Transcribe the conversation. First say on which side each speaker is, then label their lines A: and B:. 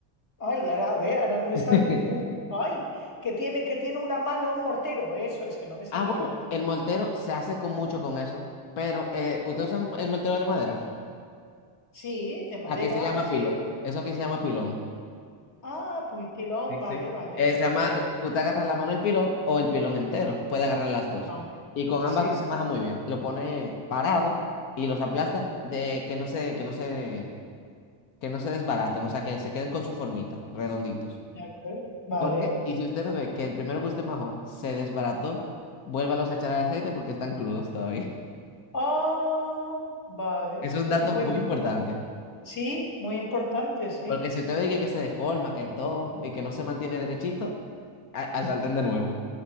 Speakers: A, on the left; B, on the left.
A: ay, ahora, a ver, ahora no me
B: <laughs>
A: sale, que un, ay, que tiene, que tiene una mano, un mortero, eso es, que no me salía.
B: Ah, bueno, el moltero se hace con mucho con eso, pero eh, ¿usted
A: Claro.
B: usa el moltero de madera?
A: Sí, de
B: Aquí
A: madera,
B: se llama
A: sí.
B: pilón. Eso aquí se llama pilón.
A: Ah, puntilón,
B: Sí,
A: vale,
B: sí.
A: vale,
B: Eh, se
A: de
B: llama,
A: acuerdo,
B: tú te agarras la mano del pilón o el pilón entero. Puede agarrar las dos.
A: vale.
B: Y con ambas
A: Sí, sí,
B: se maja muy bien. Lo pone parado y los aplasta de que no se, que no se, que no se desbaraten, o sea, que se queden con su formita, redonditos.
A: de acuerdo, vale.
B: Porque, y si usted ve que el primero que usted majó se desbarató, vuélvalos a echar al aceite porque están crudos todavía. <laughs>
A: Ah, vale,
B: Es un
A: es
B: dato
A: un buen.
B: muy importante.
A: Sí, muy importante, sí.
B: Porque si usted ve que, que se deforma, que todo, y que no se mantiene derechito, a- al sartén de nuevo.